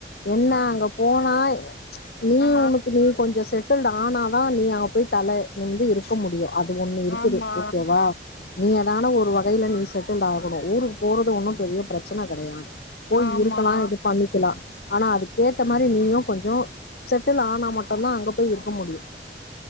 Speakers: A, on the left; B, on the left.
A: என்னா
B: ஆ
A: அங்க போனா நீ
B: ஆ ஆ
A: உனுக்கு நீ கொஞ்சோ செட்டில்டு ஆனதா நீ அங்க போய் தல நிமிர்ந்து இருக்க முடியு அது ஒண்ணு இருக்குது
B: ஆமா
A: ஓகேவா நீங்க தான ஒரு வகையில நீ செட்டில்டாகணு ஊருக்கு போறது ஒன்னும் பெரிய ப்ரச்சனை கெடையாது போய்
B: ஆமா
A: இருக்கலா இது பண்ணிக்கலா ஆனா அதுக்கேத்த மாரி நீயு கொஞ்சோ செட்டில் ஆனா மட்டுந்தா அங்க போய் இருக்க முடியு